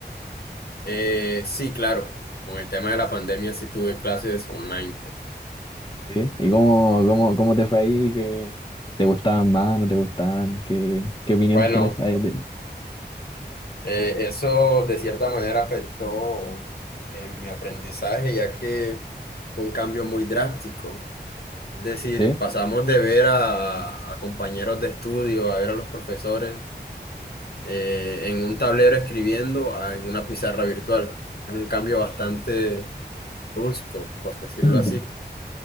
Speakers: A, on the left; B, on the left.
A: Eh, sí, claro, con el tema de la pandemia sí tuve clases online.
B: Sí. ¿Y cómo, cómo, cómo te fue ahí? ¿Qué te gustaban más? ¿No te gustaban? ¿Qué, qué opinión
A: Bueno,
B: tienes ahí? de-
A: eh, eso de cierta manera afectó en mi aprendizaje, ya que fue un cambio muy drástico. Es decir,
B: ¿Sí?
A: pasamos de ver a, a compañeros de estudio, a ver a los profesores eh, en un tablero escribiendo a en una pizarra virtual. Es un cambio bastante brusco, por decirlo
B: <clears throat>
A: así.